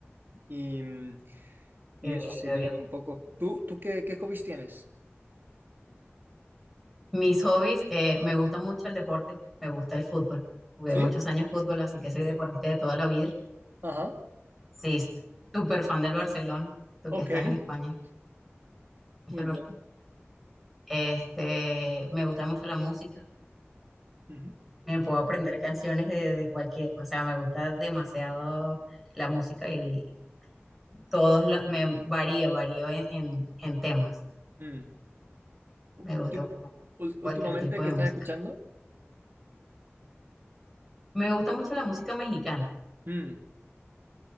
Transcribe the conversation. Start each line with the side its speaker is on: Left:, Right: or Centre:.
Right: y, mm,
Centre: Qué
Right: y eso
Centre: bien,
Right: serían
Centre: qué bien.
Right: un poco. ¿Tú, tú qué, qué hobbies tienes?
Centre: Mis hobbies, eh, me gusta mucho el deporte, me gusta el fútbol. Jugué
Right: ¿Sí?
Centre: muchos años fútbol, así que soy deportista de toda la vida.
Right: Ajá.
Centre: Sí, sí, súper fan del Barcelona, tú
Right: Ok.
Centre: que estás en España.
Right: <laughs>
Centre: mucho
Right: Muy
Centre: el Bar-
Right: bien.
Centre: Este, me gusta mucho la música,
Right: Ujú.
Centre: me puedo aprender canciones de, de cualquier, o sea, me gusta demasiado la música y todos, la- me varía, varío en en- en temas.
Right: Mm. U-
Centre: Me
Right: última-
Centre: gusta
Right: ul-
Centre: cualquier
Right: últimamente,
Centre: tipo de
Right: ¿qué
Centre: música.
Right: estás escuchando?
Centre: Me gusta mucho la música mexicana,
Right: Mm.